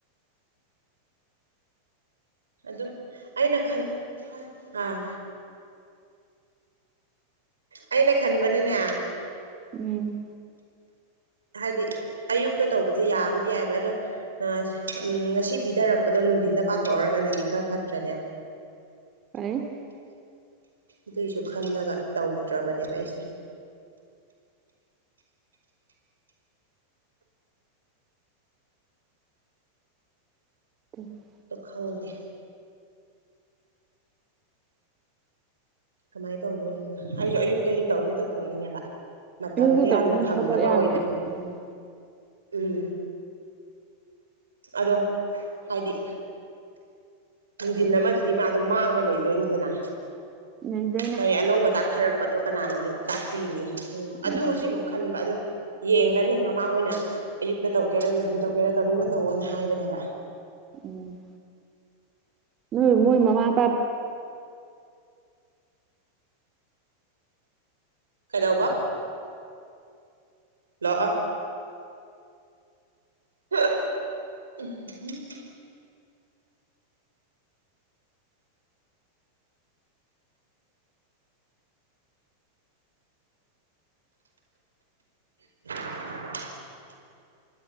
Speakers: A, on the right; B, on the right.
A: ꯑꯗꯨꯝ ꯑꯩꯅ ꯈꯟ ꯑꯥ ꯑꯩꯅ ꯈꯟꯕꯅꯅꯦ
B: ꯎꯝ
A: ꯍꯥꯏꯗꯤ ꯑꯌꯨꯛꯇ ꯇꯧꯕꯁꯦ ꯌꯥꯕꯨꯗꯤ ꯌꯥꯏꯕ ꯑꯗꯣ ꯑ ꯎꯝ ꯉꯁꯤ ꯄꯤꯊꯔꯛꯄꯗꯣ ꯅꯨꯡꯊꯤꯟꯗ ꯄꯥꯊꯣꯛꯑꯔꯒꯅꯗꯤ ꯈꯔ ꯐꯠꯇ꯭ꯔꯅꯦ
B: ꯑꯩ
A: ꯑꯗꯨꯏꯁꯨ ꯈꯜꯂꯒ ꯇꯧꯗ꯭ꯔꯕꯅꯦꯕ ꯑꯩꯁꯦ
B: <unintelligible>
A: ꯈꯪꯗꯦ ꯀꯃꯥꯏꯅ ꯇꯧꯗꯣꯏꯅꯣ ꯑꯩꯁꯨ ꯑꯌꯨꯛꯇꯗꯤ ꯇꯧꯗꯤ ꯇꯧꯊꯣꯛꯅꯤꯡꯉꯦꯕ ꯃꯇꯝꯗꯣ
B: ꯑꯌꯨꯛꯇ
A: ꯌꯥꯝꯅ
B: ꯇꯧꯔꯗꯤ ꯅꯪ
A: ꯐꯪꯗꯕ
B: ꯊꯕꯛ ꯌꯥꯝꯅ
A: ꯑꯣꯏꯗꯣꯏꯅꯦꯕ
B: ꯎꯝ
A: ꯎꯝ ꯑꯗꯣ ꯍꯥꯏꯗꯤ ꯅꯨꯡꯊꯤꯟ ꯑꯃꯗꯨꯗꯤ ꯃꯥꯗꯣ ꯃꯥꯡꯉ ꯂꯩꯗꯣꯏꯅꯤꯗꯅ
B: ꯅꯩꯗꯣꯏꯅꯦ
A: ꯀꯔꯤ ꯑꯅꯧꯕ ꯇꯥꯛ ꯄꯠꯊꯔꯛꯄꯗꯣ ꯀꯅꯥꯅ ꯑꯃꯨꯛ ꯆꯥꯛꯄꯤꯅꯤ ꯑꯗꯨ
B: ꯎꯝ
A: ꯁꯤ ꯑꯃꯨꯛ ꯈꯟꯕ ꯑꯗꯣ ꯌꯦꯡꯒꯅꯤ ꯃꯃꯥ ꯍꯣꯏꯅ ꯑꯌꯨꯛꯇ ꯇꯧꯒꯦꯔ ꯅꯨꯡꯊꯤꯟ ꯇꯧꯒꯦꯔ ꯇꯧꯅꯤꯡꯕ ꯇꯧꯋꯅ ꯍꯥꯏꯕꯅꯦꯕ
B: ꯎꯝ ꯅꯣꯏ ꯃꯣꯏ ꯃꯃꯥ ꯑ ꯇ
A: ꯀꯩꯗꯧꯕ ꯂꯥꯛꯑꯣ <unintelligible> <inaudible>